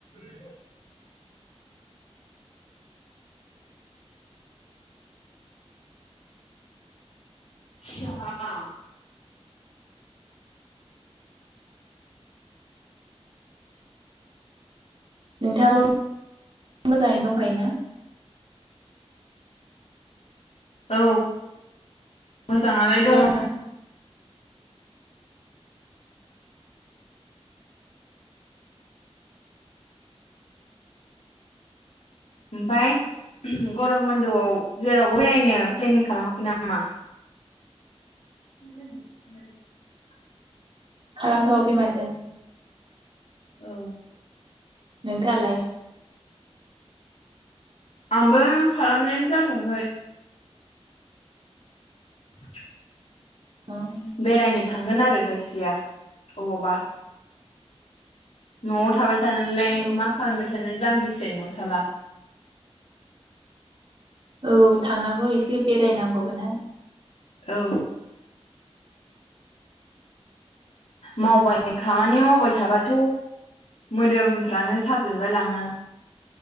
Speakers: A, on the left (about 80°); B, on the right (about 55°).
A: <inaudible> आटसा
B: नोंथाङाबो मोजाङैनो दंखायोना
A: औ मोजाङालाय दङ
B: हेल' नोंथां
A: ओमफ्राय गरम बन्द'आव जेरावबो बेरायनो प्लेनिं खालामाखै नामा <inaudible>
B: खालामारामथ वाखै माथो
A: औ
B: नोंथाङालाय
A: आंबो खालामनायानो जाथाखै <inaudible>
B: ओं
A: बेरायनो थांगोन आरो जायखिजाया अबावबा न'आव थाबाय थानानैलाय
B: औ
A: मा खालामबाय थानो जाम्बिसो न'आव थाबा
B: औ थांनांगौ एसे बेरायनांगौमोनहां
A: औ मावबाय खामानि मावबाय थाबाथ' मोदोमफ्रानो साजोबलाय लाङो